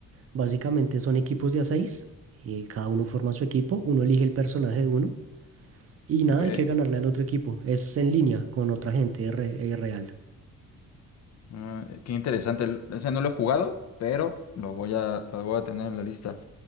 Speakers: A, on the right; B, on the left.
A: Básicamente son equipos de a seis y cada uno forma su equipo, uno elige el personaje de uno y nada,
B: Ok.
A: hay que ganarle al otro equipo. Es en línea con otra gente re- eh, real.
B: Ah, qué interesante. El- Ese no lo he jugado, pero lo voy a, lo voy a tener en la lista.